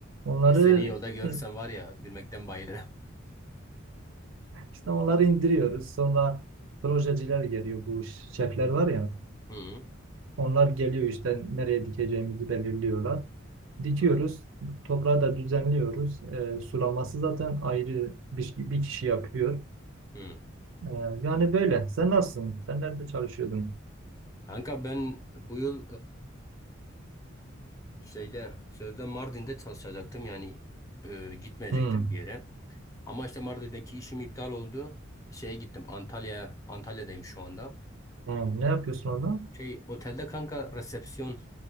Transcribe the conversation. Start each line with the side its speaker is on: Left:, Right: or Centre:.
Right: Onları
Left: E, Seni yolda görürsem
Right: <laughs>
Left: var ya gülmekten bayılırım.
Right: işte onları indiriyoruz. Sonra projeciler geliyor. Bu şefler var ya.
Left: <laughs> Hmm.
Right: Onlar geliyor işte nereye dikeceğimizi belirliyorlar. Dikiyoruz.
Left: Hmm.
Right: Toprağı da düzenliyoruz. E, sulaması zaten ayrı bir, bir kişi yapıyor.
Left: Hmm.
Right: E, yani böyle. Sen nasılsın? Sen nerede çalışıyordun?
Left: Kanka ben bu yıl Şeyde sözde Mardin'de çalışacaktım yani e, gitmeyecektim
Right: Hmm.
Left: bir yere. Ama işte Mardin'deki işim iptal oldu. Şeye gittim Antalya'ya. Antalya'dayım şu anda.
Right: Hmm. Ne yapıyorsun orada?
Left: Şey otelde kanka resepsiyon